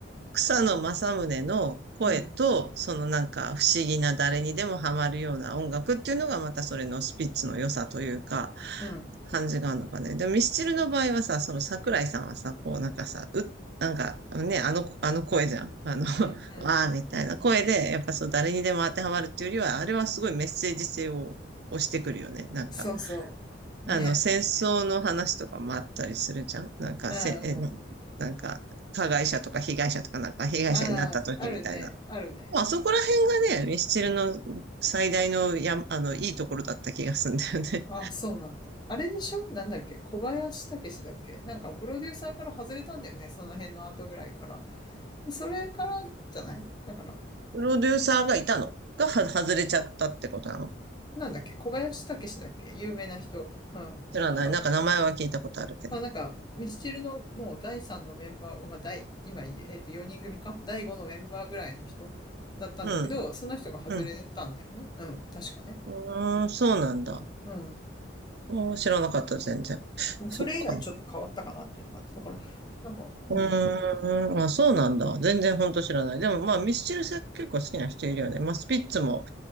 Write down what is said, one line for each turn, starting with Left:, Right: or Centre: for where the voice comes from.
Right: 草野正宗の声と、
Left: うん、
Right: そのなんか不思議な誰にでもハマるような音楽っていうのがまたそれのスピッツの良さというか、
Left: うん、
Right: 感じがあるのかね。でもミスチルの場合はさ、その桜井さんはさ、こうなんかさ、う、なんかね、あの、あの声じゃん。あの、<laughs>
Left: うん、うん。
Right: わーみたいな声で、やっぱそう誰にでも当てはまるっていうよりは、あれはすごいメッセージ性を押してくるよね。なんか。
Left: そうそう。
Right: あの、
Left: ね。
Right: 戦争の話とかもあったりするじゃんなんか、
Left: うん、
Right: せ、え、
Left: うん。
Right: なんか、加害者とか被害者とかなんか、被害者になった時みたいな。
Left: ああ、あるね、あるね。
Right: まあそこら辺がね、ミスチルの最大のや、あの、いいところだった気がするんだよね。
Left: あ、そうなんだ。あれでしょなんだっけ小林武史だっけなんかプロデューサーから外れたんだよね。その辺の後ぐらいから。で、それからじゃないだから、
Right: <laughs> プロデューサーがいたのがは外れちゃったってことなの
Left: なんだっけ小林武史だっけ有名な人。うん。
Right: 知らない。
Left: が、
Right: なんか名前は聞いたことあるけど。
Left: まあなんか、ミスチルのもう第3のメンバー、まあ第、今、えっと4人組か第5のメンバーぐらいの人だったんだけど、
Right: うん、
Left: その人が外れたんだよね。
Right: うん。
Left: うん、確かね。
Right: うーん、そうなんだ。
Left: うん。
Right: おー知らなかった、全然。
Left: まあそれ以来ちょっと変わったかなっていうのがあって、
Right: そっか。
Left: だから、なんか、うん。
Right: うーん、あ、そうなんだ。全然ほんと知らない。でもまあ、ミスチル結構好きな人いるよね。まあ、スピッツも